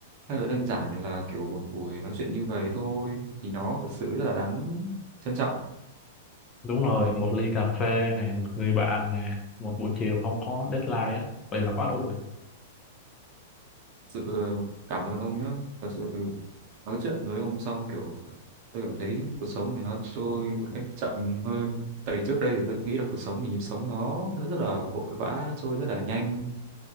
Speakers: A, on the right (about 45°); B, on the left (about 25°).
A: hay là đơn giản là kiểu một buổi nói chuyện như vậy thôi thì nó thật sự rất là đáng trân trọng
B: đúng rồi một ly cà phê nè một người bạn nè một buổi chiều không có deadline á vậy là quá đủ rồi
A: sự ờ, cảm ơn ông nhé thật sự từ nói chuyện với ông xong kiểu tôi cảm thấy cuộc sống này nó trôi một cách chậm hơn tại vì trước đây thì tôi nghĩ là cuộc sống thì nhịp sống nó nó rất là vội vã nó trôi rất là nhanh